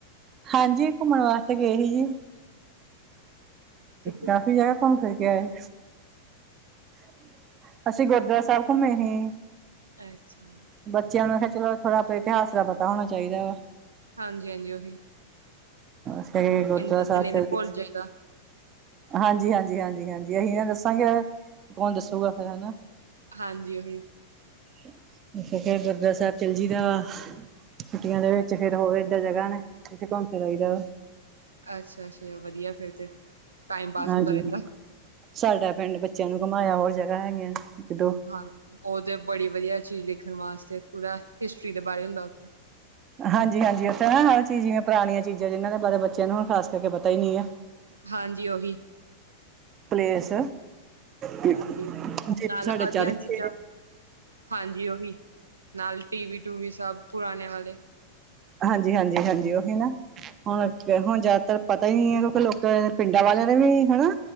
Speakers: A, on the right (about 30°); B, on the right (about 75°).
A: ਹਾਂਜੀ ਘੁੰਮਣ ਵਾਸਤੇ ਗਏ ਸੀ ਜੀ
B: ਕਿਤੇ?
A: ਕਾਫ਼ੀ ਜਗਾ ਘੁੰਮ ਫਿਰ ਕੇ ਆਏ ਹ <unintelligible> ਅਸੀਂ ਗੁਰਦੁਆਰਾ ਸਾਹਿਬ ਘੁੰਮੇ ਸੀ
B: ਅੱਛਾ
A: ਬੱਚਿਆਂ ਨੂੰ ਕਿਹਾ ਚਲੋ ਥੋੜ੍ਹਾ ਆਪ ਇਤਿਹਾਸ ਦਾ ਪਤਾ ਹੋਣਾ ਚਾਹੀਦਾ ਵਾ
B: ਹਾਂਜੀ ਹਾਂਜੀ ਉਹੀ
A: ਸਟੇ ਗੁਰਦੁਆਰਾ
B: ਇੰਦਾ
A: ਸਾਹਿਬ
B: ਤਾਂ ਨਹੀਂ ਤੇ ਭੁੱਲ ਜਾਈਦਾ।
A: ਹਾਂਜੀ ਹਾਂਜੀ ਹਾਂਜੀ ਹਾਂਜੀ ਅਸੀਂ ਨਾ ਦੱਸਾਂਗੇ ਕੌਣ ਦੱਸੂਗਾ ਫੇਰ ਹਨਾ
B: ਹਾਂਜੀ ਉਹੀ।
A: ਅ ਗੁਰਦੁਆਰਾ ਸਾਹਿਬ ਚਿਲਜੀ ਦਾ ਵਾ। ਛੁੱਟੀਆਂ ਦੇ ਵਿੱਚ ਫੇਰ ਹੋਰ ਏਦਾਂ ਜਗ੍ਹਾ ਨੇ, ਜਿੱਥੇ ਘੁੰਮ ਫਿਰਦਾ ਵਾ।
B: ਅੱਛਾ ਅੱਛਾ ਵਧੀਆ ਫਿਰ ਤੇ। ਟਾਈਮ ਪਾਸ
A: ਹਾਂਜੀ
B: ਹੁੰਦਾ ਰਹਿੰਦਾ
A: ਸਾਡਾ ਪਿੰਡ ਬੱਚਿਆਂ ਨੂੰ ਘੁਮਾਇਆ, ਹੋਰ ਜਗ੍ਹਾ ਹੈਗੀਆਂ ਇੱਕ ਦੋ
B: ਹਾਂਜੀ ਉਹ ਤੇ ਬੜੀ ਵਧੀਆ ਚੀਜ਼ ਦੇਖਣ ਵਾਸਤੇ, ਪੂਰਾ ਹਿਸਟਰੀ ਦੇ ਬਾਰੇ ਹੁੰਦਾ ਉੱਥੇ।
A: ਹਾਂਜੀ ਹਾਂਜੀ, ਉੱਥੇ ਨਾ ਹਰ ਚੀਜ਼ ਜਿਵੇਂ ਪੁਰਾਣੀਆਂ ਚੀਜ਼ਾਂ, ਜਿਨਾਂ ਦੇ ਬਾਰੇ ਬੱਚਿਆਂ ਨੂੰ ਹੁਣ ਖਾਸ ਕਰਕੇ ਪਤਾ ਹੀ ਨਹੀਂ ਹੈ।
B: ਹਾਂਜੀ ਉਹੀ।
A: ਪਲੇਸ ਜਿਵੇਂ
B: ਹਾਂਜੀ ਨਾਲ
A: ਸਾਡੇ ਚੜਕੇ
B: ਅੱਧੀਆਂ ਚੀਜ਼ਾਂ ਹਾਂਜੀ ਉਹੀ ਨਾਲ ਟੀਵੀ ਟੂਵੀ ਸਭ ਪੁਰਾਣੇ ਵਾਲੇ।
A: ਹਾਂਜੀ, ਹਾਂਜੀ, ਹਾਂਜੀ ਉਹੀ ਨਾ। ਹੁਣੱ ਹੁਣ ਜਿਆਦਾਤਰ ਪਤਾ ਹੀ ਨੀ ਹੈ, ਕਿਉਂਕਿ ਲੋਕਾਂ ਪਿੰਡਾਂ ਵਾਲਿਆਂ ਨੇ ਵੀ, ਹੈ ਨਾ